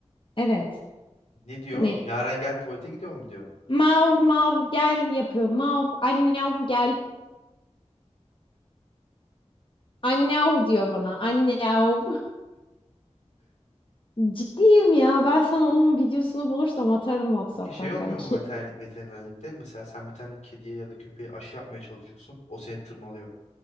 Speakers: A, on the left (about 45°); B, on the left (about 80°).
A: Evet.
B: Ne diyor?
A: Hani
B: Yaren gel tuvalete gidiyor mu diyor.
A: mav mav gel yapıyor. Mav annev gel. Annev diyor bana. Annev. Ciddiyim ya. Ben sana onun videosunu bulursam atarım WhatsApp'tan
B: Peki şey olmuyor
A: kanki.
B: mu veteriner, veterinerlikte? Mesela sen bir tane kediye ya da köpeğe aşı yapmaya çalışıyorsun. O seni tırmalıyor.